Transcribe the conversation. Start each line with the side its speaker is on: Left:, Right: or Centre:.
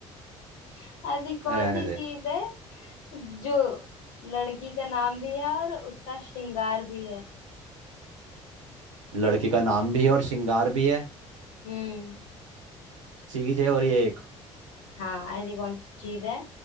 Left: <laughs> ऐसी कौन
Right: रहने
Left: सी
Right: दे
Left: चीज है जो लड़की का नाम भी है और उसका श्रृंगार भी है
Right: लड़की का नाम भी है और श्रृंगार भी है
Left: हम्म
Right: चीज है और ये एक
Left: हाँ ऐसी कौन सी चीज है